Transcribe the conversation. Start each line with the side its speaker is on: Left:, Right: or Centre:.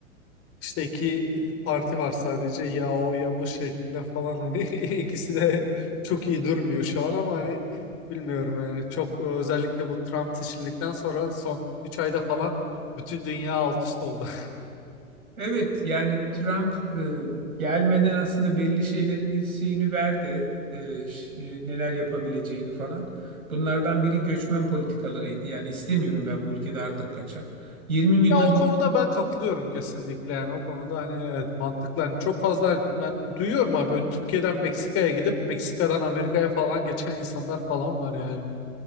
Left: işte iki parti var sadece ya o ya bu şeklinde falan hani <laughs> ikisi de çok iyi durmuyor şu an ama hani bilmiyorum yani çok özellikle bu Trump seçildikten sonra son 3 ayda falan bütün dünya alt üst oldu.
Right: Evet yani Trump e, gelmeden aslında belli şeylerin şeyini verdi. E, ş- e, neler yapabileceğini falan. Bunlardan biri göçmen politikalarıydı. Yani istemiyorum ben bu ülkede artık kaçak. 20 milyon
Left: Ya o konuda ben katılıyorum kesinlikle yani o konuda hani evet mantıklı hani çok fazla hani ben duyuyorum abi böyle Türkiye'den Meksika'ya gidip Meksika'dan Amerika'ya falan <laughs> geçen insanlar falan var yani.